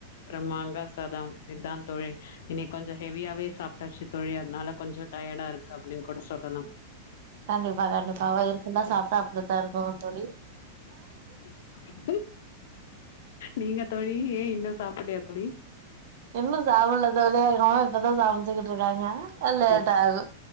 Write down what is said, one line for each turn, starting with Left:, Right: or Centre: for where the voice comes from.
Left: அப்றோ மாங்கா சாதம் இத்தா தோழி இன்னிக் கொஞ்சோ ஹெவியாவே சாப்ட்டாச்சு தோழி அதனால கொஞ்ச டயர்டா இருக்கு அப்டின்னு கூட சொல்லனும்
Right: கண்டிப்பா கண்டிப்பா வயிறு ஃபுல்லா சாப்ட்டா அப்டித்தா இருக்குங்க தோழி
Left: ம் நீங்க தோழி ஏன் இன்னும் சாப்புட்லையா தோழி
Right: இன்னும் சாப்பிட்ல தோழி அதுனால இப்பதா சாப் கிட்டு இருக்காங்க லேட்
Left: ஓ
Right: ஆகும்